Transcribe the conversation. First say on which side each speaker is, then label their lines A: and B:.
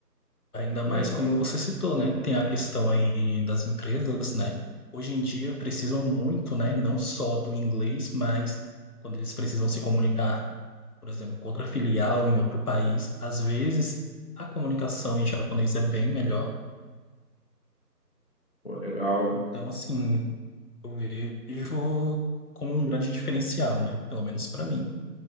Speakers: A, on the left; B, on the left.
A: Ainda mais
B: Legal,
A: como você citou, né? Tem a questão aí das empresas, né? Hoje em dia precisam muito, né? Não só do inglês, mas quando eles precisam se comunicar, por exemplo, com outra filial em outro país, às vezes a comunicação em japonês é bem melhor.
B: pô, legal.
A: Então, assim, eu vejo como um grande diferencial, né? Pelo menos para mim.